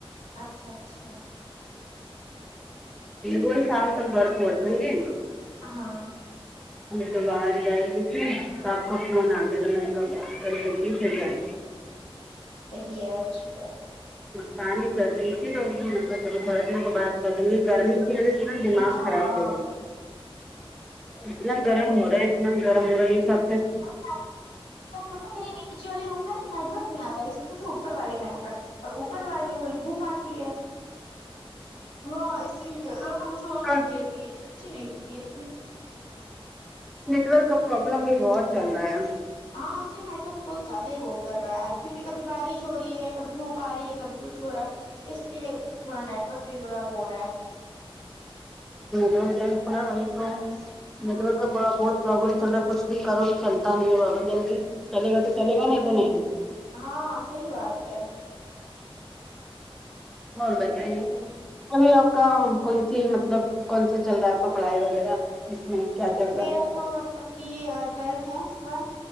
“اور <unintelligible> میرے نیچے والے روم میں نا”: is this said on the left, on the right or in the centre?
Left